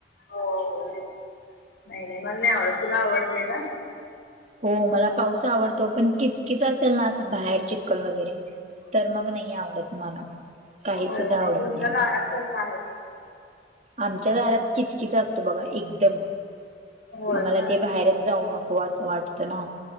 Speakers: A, on the left (about 65°); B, on the right (about 40°).
A: हो हो, नाही नाही मला नाही आवडत तुला आवडते का?
B: हो मला पाऊस आवडतो, पण किचकीच असेल ना असं बाहेर च कल वगैरे तर मग नही आवडत मला. काही
A: हो
B: सुद्धा आवडत
A: मग तुमच्या
B: नाही.
A: दारात कस आहे?
B: आमच्या दारात किचकीच असतं बघा, एकदम.
A: होय
B: म मला
A: काय
B: ते बाहेरच जाऊ नको, असं वाटतं ना.